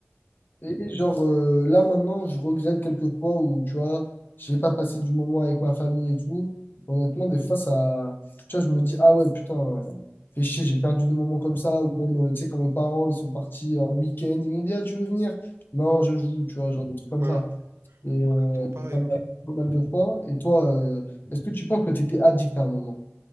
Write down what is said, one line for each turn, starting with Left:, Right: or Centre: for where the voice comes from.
Left: et genre, euh, là maintenant, je regrette quelques fois où, tu vois, j'ai pas passé du moment avec ma famille et tout. Honnêtement, des fois, ça, tu vois, je me dis, ah ouais, putain, euh, fais chier, j'ai perdu des moments comme ça. Ou même, euh, tu sais, quand mes parents, ils sont partis en week-end, ils m'ont dit, ah, tu veux venir? Non, je joue, tu vois, genre des trucs comme
Right: Ouais,
Left: ça. Et
Right: exactement
Left: euh,
Right: pareil.
Left: ça m'a
Right: ouais.
Left: arrivé pas mal de fois. Et toi, euh, est-ce que tu penses que tu étais addict à un moment?